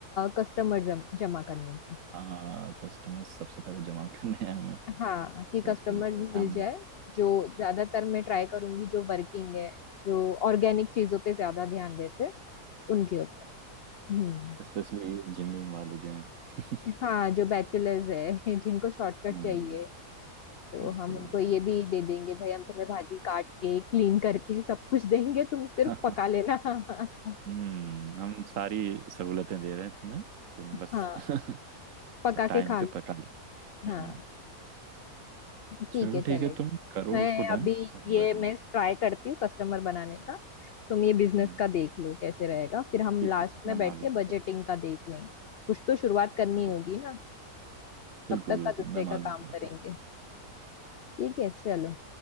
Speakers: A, on the left; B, on the right.
A: कस्टमर जम, जमा करने की
B: हाँ कस्टमर्स सबसे पहले जमा <laughs> करने हैं हमें
A: हाँ
B: क्योंकि
A: कि कस्टमर मिल
B: हम
A: जाए जो ज्यादातर मैं ट्राई करूंगी जो वर्किंग है जो ऑर्गेनिक चीजों पे ज्यादा ध्यान देते हैं, उनके ऊपर हम्म
B: स्पेशली जिम विम वाले जो हैं <laughs>
A: हाँ जो बैचलर्स है <laughs> जिनको शॉर्टकट
B: हम्म
A: चाहिए तो
B: बिल्कुल
A: हम उनको
B: बिल्कुल
A: ये भी दे देंगे भाई हम तुम्हें भाजी काट के क्लीन करके सब कुछ देंगे तुम सिर्फ
B: <laughs>
A: पका लेना <laughs>
B: हम्म हम सारी सहूलतें दे रहे हैं तुम्हें तुम बस
A: हाँ
B: <laughs>
A: पका
B: टाइम
A: के खा
B: पे
A: लो
B: पका लो
A: हाँ
B: हम्म
A: ठीक
B: चलो
A: है चलेगा
B: ठीक है तुम करो
A: मैं
B: उसको डन
A: अभी
B: और
A: ये मैं ट्राई करती हूँ कस्टमर बनाने का तुम ये बिजनेस
B: हम्म
A: का देख लो कैसे रहेगा फिर हम
B: ठीक
A: लास्ट
B: है
A: में
B: मैं
A: बैठ
B: मालूम
A: के
B: करता
A: बजटिंग का देख लेंगे कुछ तो शुरुआत करनी
B: हूँ
A: होगी ना
B: बिल्कुल
A: तब तक
B: बिल्कुल
A: का दूसरे
B: मैं
A: का
B: मालूम
A: काम
B: करता
A: करेंगे
B: हूँ
A: ठीक है चलो